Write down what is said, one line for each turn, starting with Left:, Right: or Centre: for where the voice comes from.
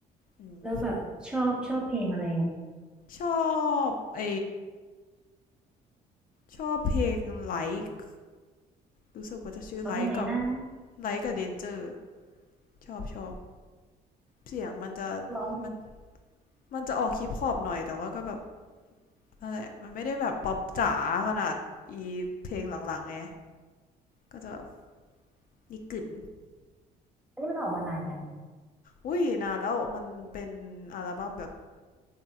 Left: อืม
Centre: แล้วแบบชอบชอบเพลงอะไรอ่ะ
Left: ชอบไอชอบเพลงไลค์รู้สึกว่าจะชื่อไลค์กับ
Centre: ร้องยังไงนะ
Left: ไลค์กับเดนเจอร์ชอบชอบเสียงมันจะ
Centre: ร้อง
Left: มันมันจะออกฮิปฮอปหน่อยแต่ว่าก็แบบนั่นแหละมันไม่ได้แบบป๊อปจ๋าขนาดอีเพลงหลังๆไงก็จะแบบนิกึน
Centre: อันนี้มันออกมานานยัง
Left: อุ้ยนานแล้วมันเป็นอัลบั้มแบบ